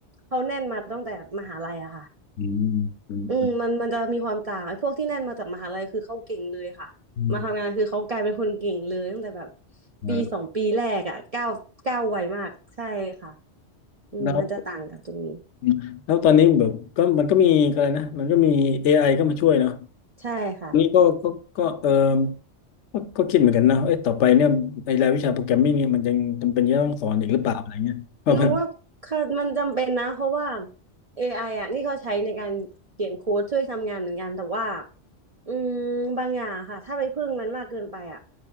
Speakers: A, on the right; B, on the left.
A: เขาแน่นมาตั้งแต่มหาลัยอะค่ะ
B: อืมอืมอืมอืม
A: อืมมันมันจะมีความต่างไอ้พวกที่นั่นมาจากมหาลัยคือเขาเก่งเลยค่ะมาทำงานคือเขากลายเป็นคนเก่งเลยตั้งแต่แบบ
B: อืมอ่า
A: ปีสองปีแรกอ่ะก้าวก้าวไวมากใช่ค่ะอืมมันจะต่างกันตรงนี้
B: แล้ว อืมแล้วตอนนี้แบบก็มันก็มีอะไรนะมันก็มี AI ก็มาช่วยเนาะ
A: ใช่ค่ะ
B: อันนี้ก็ก็ก็เออก็ก็คิดเหมือนกันนะเอ้ยต่อไปเนี่ยไอ้รายวิชาโปรแกรมมิ่งเนี่ยมันยังจำเป็นจะต้องสอนอีกหรือเปล่าอะไรเงี้ยเพราะมัน
A: หนูว่าค่ะมันจำเป็นนะเพราะว่า AI อไออ่ะนี่เขาใช้ในการเขียนโค้ดช่วยทำงานเหมือนกันแต่ว่าอืมบางอย่างค่ะถ้าไปพึ่งมันมากเกินไปอ่ะ